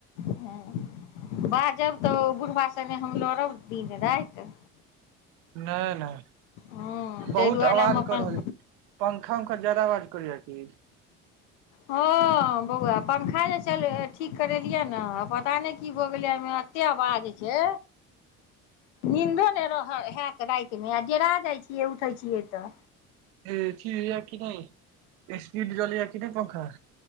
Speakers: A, on the left (about 85°); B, on the right (about 75°).
A: हूँ बाजब तऽ ओ बुरबा सङ्गे हम लड़ब दिन राति
B: नै नै
A: हँ ताहि
B: बहुत
A: दुआरे
B: आवाज
A: हम अपन
B: कऽ रहल अइ पंखा उंखा ज्यादा आवाज करै या की
A: हँ बौआ पंखा जे चल ठीक करेलियै या न पता नहि की भऽ गेलै एहिमे एतेक आवाज छै नींदो ने हाएत रातिमे आ डरा जाइ छियै उठै छियै तऽ
B: ऐ छी की नहि एसपीड चलैया की नहि पंखा